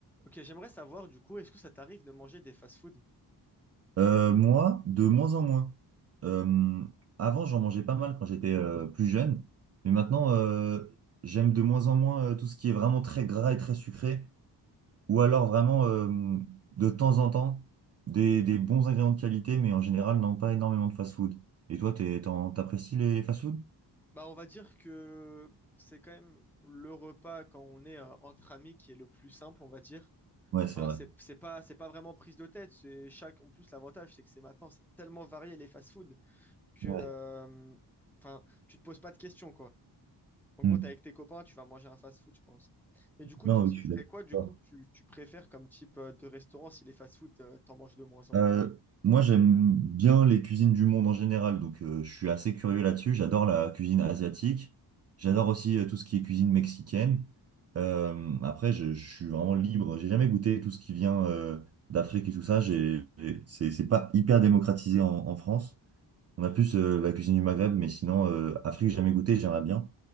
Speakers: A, in the centre; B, on the right.
A: Ok, j'aimerais savoir du coup, est-ce que ça t'arrive de manger des fast-food?
B: Euh, moi, de moins en moins. Euh, avant, j'en mangeais pas mal quand j'étais euh, plus jeune, mais maintenant, euh, j'aime de moins en moins euh, tout ce qui est vraiment très gras et très sucré, ou alors vraiment euh, de temps en temps des, des bons ingrédients de qualité, mais en général, non, pas énormément de fast-food. Et toi, t'es, t'en- t'apprécies les fast-food?
A: Bah, on va dire que c'est quand même le repas quand on est euh, entre amis qui est le plus simple, on va dire.
B: Ouais, c'est
A: Enfin,
B: vrai.
A: c'est c'est pas, c'est pas vraiment prise de tête. C'est chaque, en plus, l'avantage, c'est que c'est maintenant, c'est tellement varié les fast-food que,
B: Ouais.
A: euh, enfin, tu te poses pas de questions, quoi. En
B: Hmm.
A: gros, t'es avec tes copains, tu vas manger un fast-food, je pense. Mais du coup,
B: Non,
A: toi,
B: oui,
A: ce
B: je suis
A: serait
B: d'accord.
A: quoi, du coup, que tu, tu préfères comme type euh, de restaurant si les fast-food, euh, t'en manges de moins en
B: Euh,
A: moins?
B: moi, j'aime bien les cuisines du monde en général, donc euh, je suis assez curieux là-dessus. J'adore la cuisine asiatique. J'adore aussi euh, tout ce qui est cuisine mexicaine. Euh, après, je, je suis vraiment libre. J'ai jamais goûté tout ce qui vient euh, d'Afrique et tout ça. J'ai, j'ai- c'est, c'est pas hyper démocratisé en, en France. On a plus euh, la cuisine du Maghreb, mais sinon, euh, Afrique, j'ai jamais goûté, j'aimerais bien.